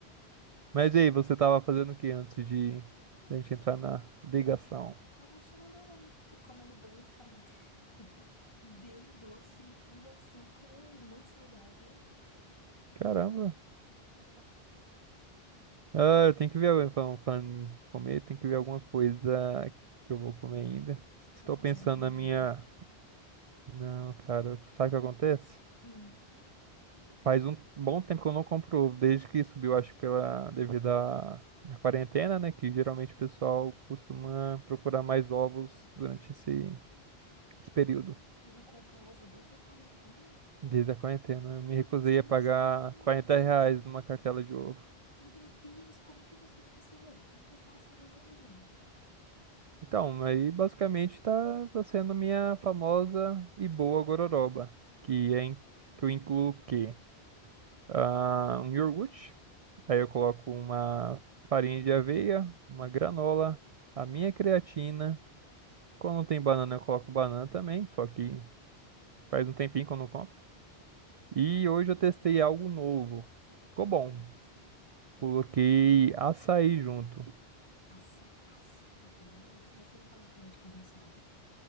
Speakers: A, on the right; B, on the left.
A: Mas e aí, você tava fazendo o que antes de da gente entrar na ligação?
B: Tava assistindo um dorama e comendo bolo de caneca. <laughs> Bem doce e puro açúcar, muito saudável.
A: Caramba. Ah, eu tenho que ver, alguém falando, falando em comer, tem que ver alguma coisa que eu vou comer ainda.
B: Acho que
A: Estou
B: eu vou fazer
A: pensando
B: um omelete.
A: na minha. Não, cara, sabe o que acontece?
B: Hum,
A: Faz um bom tempo que eu não compro ovo, desde que subiu, acho que pela devido à à quarentena, né? Que geralmente o pessoal costuma procurar mais ovos durante esse, esse período.
B: você não compra ovo desde a quarentena?
A: Desde a quarentena. Eu me
B: Meu
A: recusei
B: Deus, como
A: a pagar
B: você vive sem
A: 40
B: ovo?
A: reais numa cartela de ovo.
B: <laughs> Meu Deus, como que você vive sem ovo? Tudo que eu faço é ovo, gente.
A: Então, aí basicamente tá, tá sendo minha famosa e boa gororoba, que é em- que eu incluo o quê? Ah, um iogurte, aí eu coloco uma farinha de aveia, uma granola, a minha creatina. Quando não tem banana, eu coloco banana também, só que faz um tempinho que eu não compro. E hoje eu testei algo novo. Ficou
B: O quê?
A: bom. Coloquei açaí junto.
B: Aça, açaí, mas açaí você não come com leite condensado?